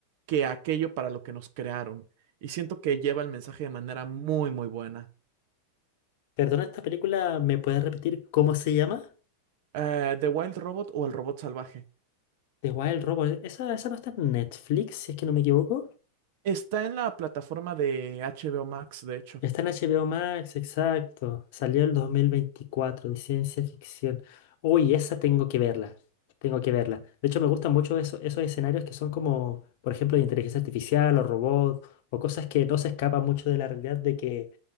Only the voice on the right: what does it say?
que aquello para lo que nos crearon. Y siento que lleva el mensaje de manera muy, muy buena.
Eh, The Wild Robot o El Robot Salvaje.
Está en la plataforma de HBO Max, de hecho.